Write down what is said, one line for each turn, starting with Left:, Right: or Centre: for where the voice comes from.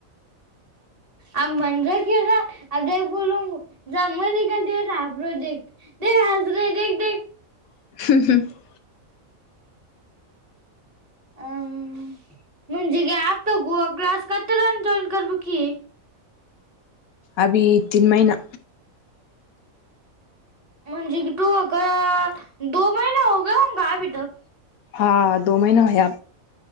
Right: आ म्हन रख अ बोल जा म काते प्रोजेक्ट देखास रे देख देख.
Left: <inaudible>
Right: अम म्हणजे ग आपत गूवा क्लास कात रान जॉईन करब की
Left: अभी तीन महिना
Right: म्हणजे की तू अग दो महिने होग ह का अभि तक
Left: हा दो महिना हो या.